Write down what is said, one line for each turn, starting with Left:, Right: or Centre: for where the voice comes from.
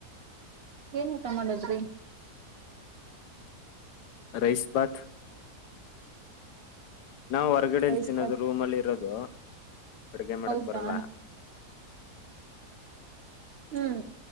Right: ಏನ್ ಊಟ ಮಾಡದ್ರಿ.
Left: ರೈಸಬಾತ. ನಾವು ಹೊರಗಡೆಲಿ
Right: ರೈಸ್
Left: ತಿನ್ನೋದು
Right: ಬಾತ್
Left: ರೂಮ್ ಅಲ್ಲಿ ಇರೋದು ಅಡಗೆ ಮಾಡಕ್
Right: ಹೌದಾ
Left: ಬರಲ್ಲ.
Right: ಹ್ಮ್